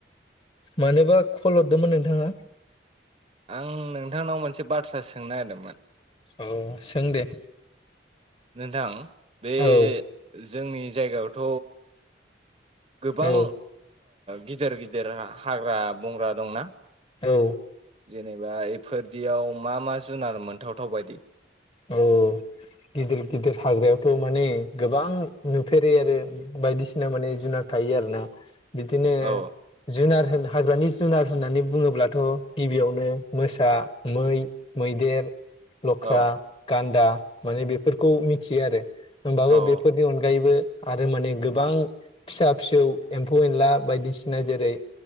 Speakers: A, on the left; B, on the right.
A: मानोबा कल हरदोंमोन नोंथाङा?
B: आं नोंथांनाव मोनसे बाथ्रा सोंनो नागिरदोंमोन।
A: औ सों दे।
B: नोंथां बे
A: औ
B: जोंनि जायगायावथ गोबां
A: औ
B: गिदिर गिदिर हाग्रा बंग्रा दंना
A: औ
B: जेनेबा इफोरदियाव मा मा जुनार मोनथावथाव बायदि
A: औ गिदिर गिदिर हाग्रायावथ माने गोबां नुफेरै आरो बायदिसिना माने जुनाद हायो आरो ना बिदिनो
B: औ
A: जुनार होन हाग्रानि जुनार होननानै बुंङोब्लाथ गिबियावनो मोसा मै मैदेर लख्रा
B: औ
A: गान्दा माने बेफोरखौ मिथियो आरो होमबाबो
B: औ
A: बेफोरनि अनगायैबो आरो माने गोबां फिसा फिसौ एम्फौ एनला बायदिसिना जेरै